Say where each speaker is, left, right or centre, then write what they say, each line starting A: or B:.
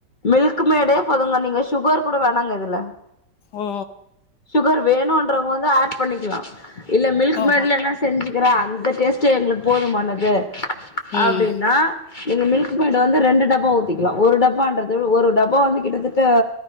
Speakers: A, on the left; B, on the left.
A: மில்க் மேடு போதுங்க நீங்க சுகர் கூட வேணாங்க இதுல
B: ஓ
A: சுகர் வேணுன்றவங்க வந்து ஆட் பண்ணிக்கலா இல்ல மில்க்
B: ஓஹோ
A: மேட்லனா செஞ்சு கிற அந்த டேஸ்ட்டே எங்களுக்கு போதுமானது
B: ம்
A: அப்டின்னா நீங்க மில்க் மேட வந்து ரெண்டு டப்பா ஊத்திக்கலா ஒரு டப்பான்றது ஒரு டப்பா வந்து கிட்ட தட்ட